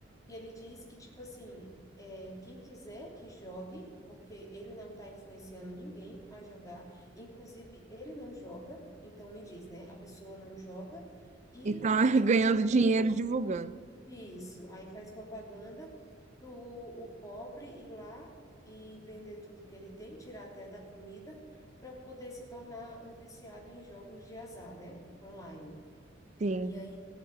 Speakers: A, on the left; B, on the right.
A: e ele diz que, tipo assim, é, quem quiser que jogue, porque ele não está influenciando ninguém a jogar, inclusive ele não joga, então me diz, né? A pessoa não joga e
B: E tá
A: faz
B: <laughs> ganhando
A: propaganda,
B: dinheiro divulgando.
A: isso, aí faz propaganda pro o pobre ir lá e vender tudo que ele tem, tirar até da comida, para poder se tornar um viciado em jogos de azar, né? Online.
B: Sim.
A: E aí